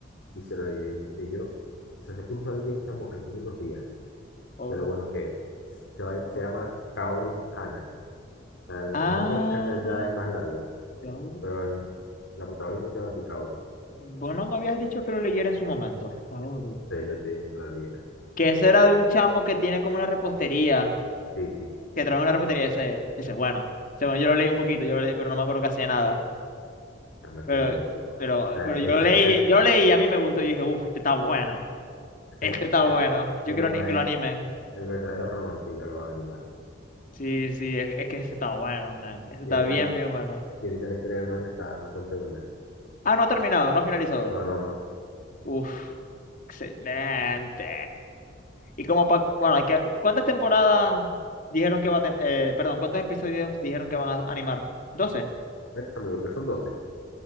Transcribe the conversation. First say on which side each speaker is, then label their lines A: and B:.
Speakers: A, on the left (about 85°); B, on the left (about 45°).
A: y se lo ley- leyó, o sea, se puso al día, chamo, en unos días,
B: Oh,
A: de lo bueno que es. Se, va-
B: oh.
A: se llama Kaoru Hana. sea, el,
B: Ah,
A: el nombre en verdad es más largo,
B: Kaoru.
A: pero el- la protagonista se llama Sikaoru.
B: Vos no me habías dicho que lo leyera en su momento. Kaoru.
A: Sí, yo te dije que lo leyeras.
B: Que ese era de un chamo que tiene como una repostería.
A: Sí, sí,
B: Que trabaja en una repostería. Ese, ese, bueno. Ese, bueno, yo lo leí un poquito, yo lo leí, pero no me acuerdo casi de nada.
A: también
B: Pero,
A: que es buenísimo. O
B: pero,
A: sea,
B: pero
A: ese
B: yo lo leí,
A: es el,
B: yo
A: es-
B: leí y a mí me gustó. Yo dije, uff, este está bueno.
A: ese
B: Este
A: es
B: está
A: el,
B: bueno. Yo
A: el
B: quiero
A: verdadero,
B: ni- que lo animen.
A: el verdadero romance, ya lo van a animar.
B: Sí, sí, es, es que este está bueno, man. Este está
A: Y ahorita,
B: bien, bien bueno.
A: y ahorita la historia del manga está bastante buena.
B: Ah, no ha terminado, no ha finalizado.
A: No, no, no.
B: Uff, excelente. Y como pa, bueno, hay que, ¿cuántas temporadas dijeron que va a tener? Eh, perdón, ¿cuántos episodios dijeron que van a animar? doce
A: Estos son, yo creo que son doce